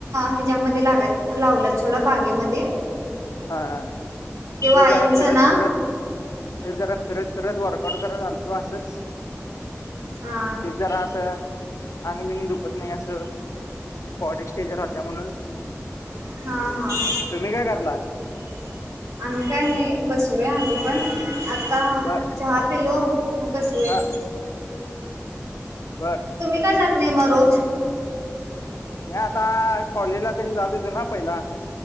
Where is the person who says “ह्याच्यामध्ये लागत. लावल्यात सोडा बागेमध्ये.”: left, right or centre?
Right